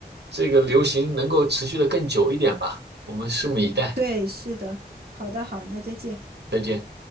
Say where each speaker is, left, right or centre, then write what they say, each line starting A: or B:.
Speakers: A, on the right; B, on the right.
A: 这个流行能够持续的更久一点吧，我们拭目以待。
B: 对，是的。好的，好，那再见。
A: 再见。